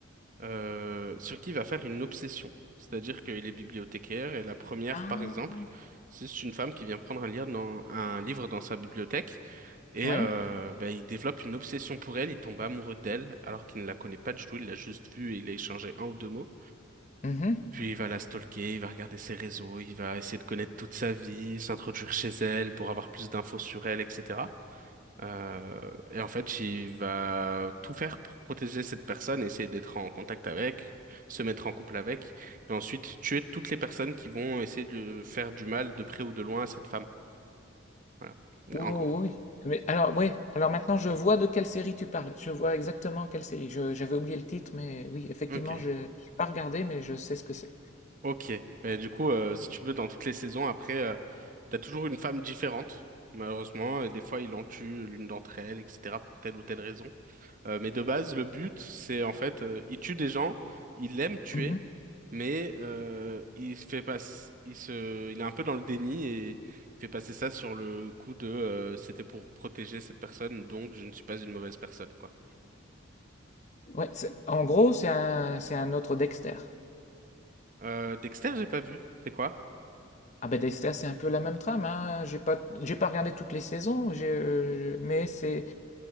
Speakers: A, on the right; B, on the left.
A: euh, sur qui il va faire une obsession. C'est-à-dire qu'il est bibliothécaire et la première,
B: Ah,
A: par exemple, c'est une femme qui vient prendre un livre dans, un livre dans sa bibliothèque et
B: ouais.
A: euh, ben, il développe une obsession pour elle, il tombe amoureux d'elle alors qu'il ne la connaît pas du tout, il l'a juste vue et il a échangé un ou deux mots.
B: Mhm.
A: puis il va la stalker, il va regarder ses réseaux, il va essayer de connaître toute sa vie, s'introduire chez elle pour avoir plus d'infos sur elle, etc. Euh, et en fait, il va tout faire pour protéger cette personne, essayer d'être en contact avec, se mettre en couple avec, et ensuite tuer toutes les personnes qui vont essayer de faire du mal de près ou de loin à cette femme. Voilà.
B: Oh,
A: En gros.
B: oui. Mais alors, oui. Alors maintenant, je vois de quelle série tu parles. Je vois exactement quelle série. Je- j'avais oublié le titre, mais oui, effectivement,
A: Ok.
B: je n'ai pas regardé, mais je sais ce que c'est.
A: Ok. Mais du coup, euh, si tu veux, dans toutes les saisons, après, euh, t'as toujours une femme différente, malheureusement, et des fois, il en tue l'une d'entre elles, etc., pour telle ou telle raison. Euh, mais de base, le but, c'est en fait, euh, il tue des gens, il aime tuer,
B: Mhm.
A: mais euh, il se fait pas, il se, il est un peu dans le déni et il fait passer ça sur le coup de, euh, c'était pour protéger cette personne, donc je ne suis pas une mauvaise personne, quoi.
B: Ouais, c'est- en gros, c'est un, c'est un autre Dexter.
A: Euh, Dexter, j'ai pas vu. C'est quoi?
B: Ah ben Dexter, c'est un peu la même trame, hein. J'ai pas, j'ai pas regardé toutes les saisons, je- je- mais c'est,